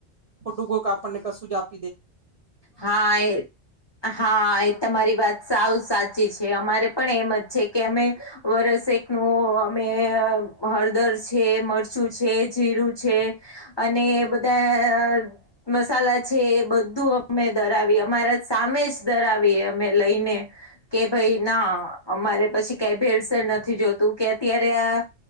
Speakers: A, on the right (about 40°); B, on the left (about 25°).
A: ખોટું કોક આપણને કશું જ આપ
B: હા, એ. હા, એ તમારી વાત સાવ સાચી છે. અમારે પણ એમ જ છે કે અમે વરસેકનું અમે હળદર છે, મરચું છે, જીરું છે અને બધા મસાલા છે. એ બધ બધું અમે દળાવીએ. અમારા સામે જ દળાવીએ અમે લઈને કે ભાઈ ના અમારે પછી કઈ ભેડસર નથી જોતું કે અત્યારે આ